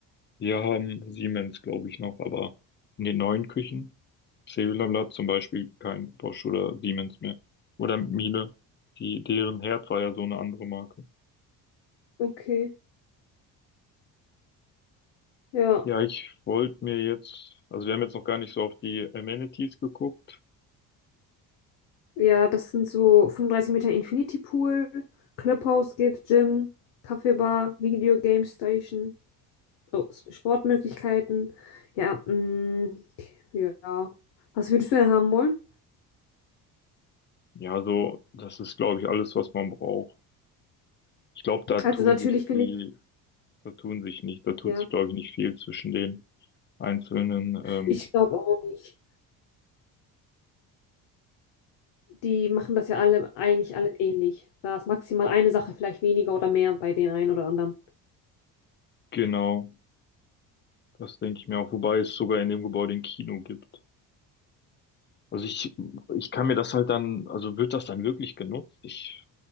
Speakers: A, on the left; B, on the left.
A: Wir haben Siemens, glaube ich, noch, aber in den neuen Küchen, Cellular zum Beispiel, kein Bosch oder Siemens mehr. Oder Miele. Die, deren Herd war ja so eine andere Marke.
B: Okay. Ja,
A: Ja, ich wollte mir jetzt, also wir haben jetzt noch gar nicht so auf die Amenities geguckt.
B: ja, das sind so 35 Meter Infinity Pool, Clubhouse gibt's, Gym, Kaffeebar, Video Game Station, oh, S- Sportmöglichkeiten. Ja, mh, ja. Was würdest du denn haben wollen?
A: Ja, so, das ist, glaube ich, alles, was man braucht. Ich glaube, da tun
B: Also natürlich
A: sich
B: finde
A: die,
B: ich,
A: da tun sich nicht, da tut
B: ja,
A: sich, glaube ich, nicht viel zwischen den einzelnen. Ähm,
B: ich glaube auch nicht. Die machen das ja alle eigentlich alle ähnlich. Da ist maximal eine Sache, vielleicht weniger oder mehr bei den einen oder anderen.
A: genau, das denke ich mir auch. Wobei es sogar in dem Gebäude ein Kino gibt. Also ich, ich kann mir das halt dann, also wird das dann wirklich genutzt? Ich